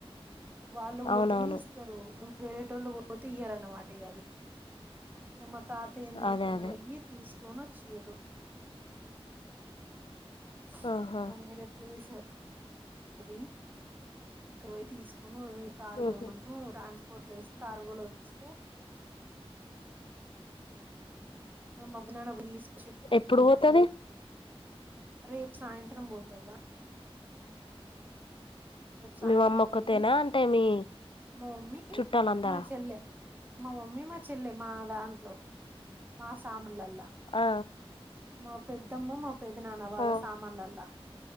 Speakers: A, on the right (about 20°); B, on the left (about 60°).
A: వాళ్ళు పోతనే
B: అవునవును
A: ఇస్తారు వేరేటోళ్ళు పో పోతే ఇయరన్నమాట ఇగ ఆది మా ఆ తాత ఏం తీసుకుని
B: అదే అదే
A: పోయి తీసుకు కొని వచ్చిర్రు <unintelligible>
B: ఆహా
A: ప్లేస్ అది అక్కడ పోయి తీసుకు ఓ ఈ కారు
B: ఉహు
A: పోయనంక <unintelligible> ఓట్లు వేసి కార్గోలు వస్తే మా <unintelligible>
B: ఎప్పుడు పోతది
A: రేపు సాయంత్రం పోతారు రా సాయంత్రం
B: మీ మమ్మ ఒక్క
A: పోయి
B: తేనా అంటే మీ
A: మా మామ్మీ
B: చుట్టాలందరా
A: మా చెల్లె మా మమ్మీ మా చెల్లిె మా దాంట్లో మా సామన్లలో
B: ఆ
A: మా పెద్దమ్మ మా పెద్దనాన్న వాళ్ళ
B: ఆ
A: సామాన్లలా